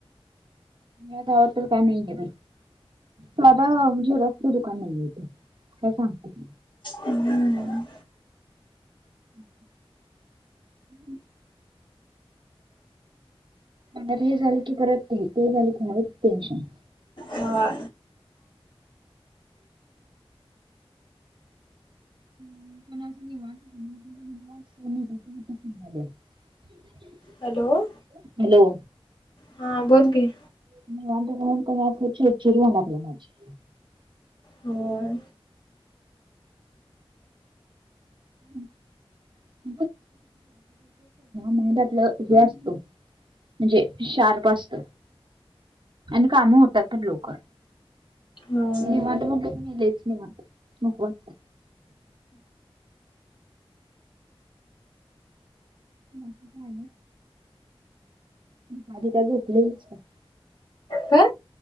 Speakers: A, on the right; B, on the left.
A: या गावात तर काही नाहीये बई. साधा झेरॉक्स च दुकान नाहीये इथे, काय सांगते.
B: हम्म.
A: <inaudible> मग आता हे झालं की परत ते ते झालं की आहेच टेन्शन.
B: हा.
A: <inaudible>
B: हॅलो?
A: हॅलो!
B: हा बोल की.
A: <unintelligible> चिडचीड व्हायला लागल्या माझी.
B: होय
A: <unintelligible> माईंड आपला हे असतो. म्हणजे शार्प असत आणि काम होतात पण लवकर.
B: होय
A: निवांत म्हणलं की लईच निवांत. नको वाटतय. <unintelligible> <unintelligible>
B: काय